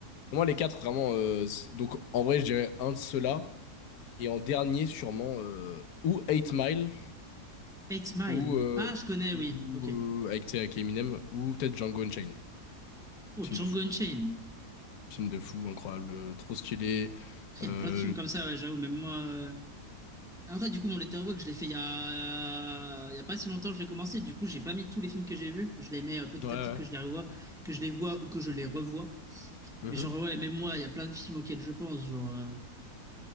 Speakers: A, on the left; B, in the centre.
A: Moi les quatre vraiment, euh, c'est- donc en vrai je dirais un de ceux-là. Et en dernier sûrement, euh, ou Eight Mile,
B: Eight Mile.
A: ou, euh,
B: Ah, je connais,
A: ou
B: oui. Ok.
A: euh, avec, tu sais, avec Eminem, ou peut-être Django Unchained,
B: Oh,
A: film
B: Django
A: de fou.
B: Unchained.
A: Film de fou, incroyable, euh, trop stylé.
B: Après,
A: Euh,
B: il y a plein de films comme ça, ouais, j'avoue. Même moi. euh, Après, du coup, mon Letterboxd, je l'ai fait il y a... il y a pas si longtemps, je l'ai commencé. Du coup, j'ai pas mis tous les films que j'ai vus. Je les mets euh, petit
A: le... Ouais,
B: à petit que
A: ouais.
B: je les revois, que je les vois ou que je les revois.
A: Mhm.
B: Mais genre, ouais, même moi, il y a plein de films auxquels je pense. Genre, euh,